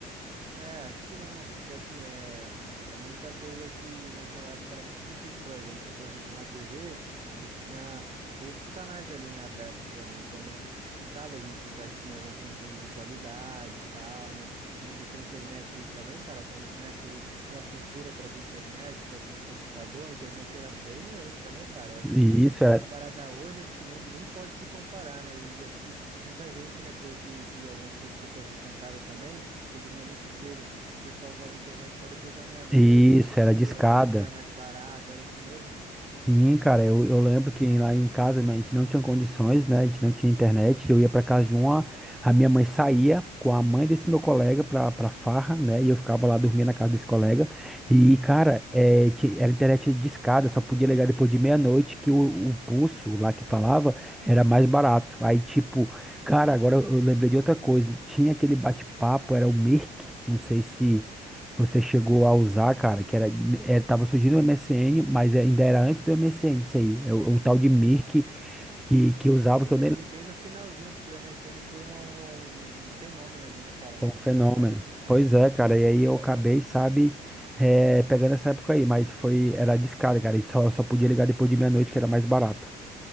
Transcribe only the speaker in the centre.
E
isso era,
isso
era discada.
Sim, cara, eu, eu lembro que lá em casa né, a gente não tinha condições, né? A gente não tinha internet. Eu ia pra casa de uma, a minha mãe saía com a mãe desse meu colega pra, pra farra, né? E eu ficava lá dormindo na casa desse colega. E, cara, é, ti- era internet discada, só podia ligar depois de meia-noite, que o, o pulso lá que falava era mais barato. Aí, tipo, cara, agora eu eu lembrei de outra coisa. Tinha aquele bate-papo, era o Mirk, não sei se. Você chegou a usar, cara, que era, era tava surgindo o MSN, mas é, ainda era antes do MSN, isso aí. É o, o tal de Mirk que, que usava,
que
eu nem
Foi
um
fenômeno.
Pois é, cara, e aí eu acabei, sabe, eh, pegando essa época aí, mas foi, era discada, cara, e só, eu só podia ligar depois de meia-noite, que era mais barato.